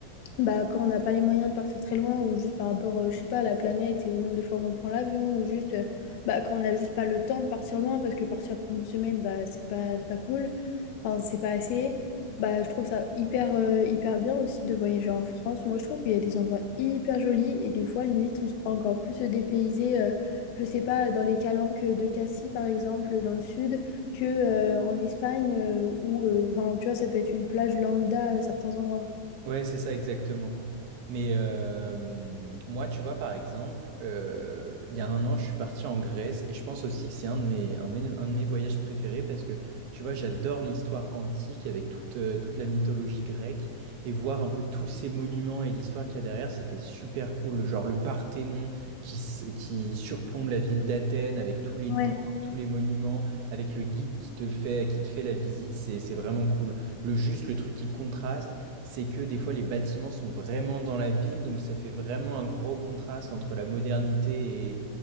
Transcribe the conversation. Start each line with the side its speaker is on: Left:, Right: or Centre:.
Left: bah, quand on n'a pas les moyens de partir très loin, ou juste par rapport, euh, je sais pas, à la planète et au nombre de fois qu'on prend l'avion, ou juste euh, bah, quand on n'a juste pas le temps de partir loin, parce que partir pour une semaine, bah, c'est pas, c'est pas cool, enfin, c'est pas assez. Bah, je trouve ça hyper, euh, hyper bien aussi de voyager en France. Moi, je trouve qu'il y a des endroits hyper jolis et des fois, limite, on se croit encore plus dépaysé, euh, je sais pas, dans les calanques de Cassis, par exemple, dans le sud, que, euh, en Espagne, euh, où, euh, enfin, tu vois, ça peut être une plage lambda à certains endroits.
Right: Ouais, c'est ça exactement. Mais euh, moi, tu vois, par exemple, euh, il y a un an, je suis parti en Grèce et je pense aussi que c'est un de mes, un, de mes- un de mes voyages préférés parce que, tu vois, j'adore l'histoire antique avec toute, euh, toute la mythologie grecque et voir un peu tous ces monuments et l'histoire qu'il y a derrière, c'était super cool. Genre le Parthénon qui, s- qui surplombe la ville d'Athènes avec tous les
Left: Ouais.
Right: temples, tous les monuments, avec le guide qui te fait, qui te fait la visite, c'est, c'est vraiment cool. Le juste, le truc qui contraste c'est que des fois les bâtiments sont vraiment dans la ville, donc ça fait vraiment un gros contraste entre la modernité